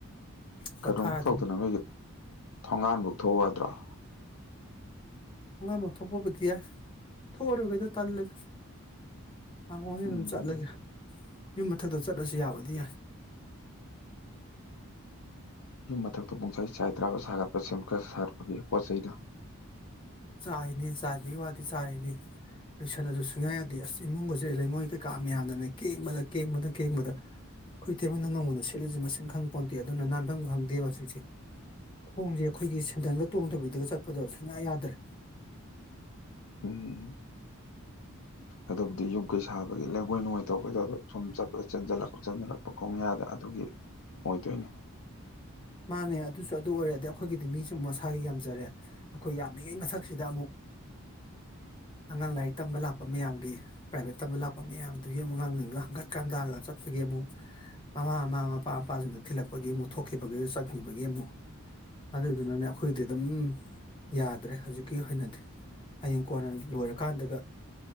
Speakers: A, on the left; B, on the left.
A: ꯄꯣꯊꯥꯔꯗꯧ
B: ꯀꯩꯅꯣꯝꯨꯛ ꯇꯧꯗꯅ ꯂꯩꯣꯏꯒꯤ ꯊꯣꯡꯒꯥꯟꯕꯨꯛ ꯊꯣꯛꯎꯨ ꯌꯗ꯭ꯔꫭ
A: ꯊꯣꯡꯒꯥꯝ ꯑꯃ ꯊꯣꯛꯄꯕꯨꯗꯤ ꯌꯥꯏ ꯊꯣꯛꯑꯔꯨꯒꯩꯗꯣ ꯇꯜꯂꯦꯗ ꯃꯥꯡꯒꯣꯟꯁꯤꯗꯥ
B: ꯎꯝ
A: ꯑꯗꯨꯝ ꯆꯠꯂꯒꯦ ꯌꯨꯝ ꯃꯊꯛꯇ ꯆꯠꯂꯁꯨ ꯌꯥꯕꯗꯤ ꯌꯥꯏ
B: ꯌꯨꯝ ꯃꯊꯛꯇ ꯄꯨꯡꯆꯥꯏ ꯆꯥꯏ ꯇ꯭ꯔꯥꯕ ꯁꯥꯒꯠꯄ ꯁꯦꯝꯠ ꯈꯔ ꯁꯥꯒꯠꯄꯒꯤ ꯄꯣꯠ ꯆꯩꯩꯅ
A: ꯆꯥꯏꯔꯤꯅꯤ ꯆꯥꯏꯕꯒꯤ ꯋꯥꯗꯤ ꯆꯥꯏꯔꯤꯅꯤ ꯂꯣꯏꯁꯜꯂꯁꯨ ꯁꯨꯡꯌꯥ ꯌꯥꯗꯦ ꯑꯁ ꯏꯃꯨꯡꯒꯁꯦ ꯂꯩꯉꯣꯏ ꯀꯩꯀꯥ ꯃꯌꯥꯝꯅꯅꯦ ꯀꯦꯡꯕꯗ ꯀꯦꯡꯕꯗ ꯀꯦꯡꯕꯗ ꯑꯩꯈꯣꯏ ꯇꯩꯃꯥꯅ ꯅꯣꯡꯃꯗ ꯁꯤꯠꯂꯤꯁꯦ ꯃꯁꯤꯡ ꯈꯪꯄꯣꯟꯇꯦ ꯑꯗꯨꯅ ꯅꯥꯟꯐꯝ ꯈꯪꯗꯦꯕ ꯍꯧꯖꯤꯛꯁꯦ ꯈꯣꯡꯁꯦ ꯑꯩꯈꯣꯏꯒꯤ ꯁꯦꯟꯗꯟꯒ ꯇꯣꯡꯗꯕꯤꯗꯒ ꯆꯠꯄꯗꯣ ꯌꯥ ꯌꯥꯗ꯭ꯔꯦ
B: ꯎꯝ ꯑꯗꯨꯕꯨꯗꯤ ꯌꯨꯝ ꯀꯩ ꯁꯥꯕꯒꯤ ꯂꯩꯉꯣꯏ ꯅꯨꯡꯉꯣꯏ ꯇꯧꯕꯗꯣ ꯑꯗꯣ ꯁꯨꯝ ꯆꯠꯄꯒ ꯆꯦꯟꯖꯜꯂꯛꯄꯥ ꯆꯦꯟꯖꯜꯂꯛꯄ ꯈꯣꯡꯌꯥꯗ ꯑꯗꯨꯒꯤ ꯑꯣꯏꯗꯣꯏꯅꯤ
A: ꯃꯥꯅꯦ ꯑꯗꯨꯁꯨ ꯑꯗꯨ ꯑꯣꯏꯔꯦ ꯑꯗꯩ ꯑꯩꯈꯣꯏꯒꯤꯗꯤ ꯃꯤꯁꯨ ꯑꯃꯨꯛ ꯃꯁꯥꯒꯤ ꯌꯥꯝꯖꯔꯦ ꯑꯩꯈꯣꯏ ꯌꯥꯝꯃꯤꯉꯩ ꯃꯊꯛꯁꯤꯗ ꯑꯃꯨꯛ ꯑꯉꯥꯡ ꯂꯥꯏꯔꯤꯛ ꯇꯝꯕ ꯂꯥꯛꯄ ꯃꯌꯥꯝꯒꯤ ꯄ꯭ꯔꯥꯏꯚꯦꯠ ꯇꯝꯕ ꯂꯥꯛꯄ ꯃꯌꯥꯝꯗꯨꯒꯤ ꯑꯃꯨꯛ ꯑꯉꯥꯡꯒ ꯍꯪꯒꯠꯀꯥ ꯍꯥꯟꯗꯥꯒ ꯆꯠꯄꯒꯤ ꯑꯃꯨꯛ ꯃꯃꯥ ꯃꯃꯥ ꯃꯄꯥ ꯃꯄꯥꯁꯤꯡꯗ ꯊꯤꯜꯂꯛꯄꯒꯤ ꯑꯃꯨꯛ ꯊꯣꯛꯈꯤꯕ ꯆꯠꯅꯤꯡꯕꯒꯤ ꯑꯃꯨꯛ ꯑꯗꯨꯗꯨꯅꯅꯦ ꯑꯩꯈꯣꯏꯗꯤ ꯑꯗꯨꯝ ꯌꯥꯗ꯭ꯔꯦ ꯍꯧꯖꯤꯛꯀꯤ ꯑꯣꯏꯅꯗꯤ ꯍꯌꯦꯡ ꯀꯣꯟꯅ ꯂꯣꯏꯔꯀꯥꯟꯗꯒ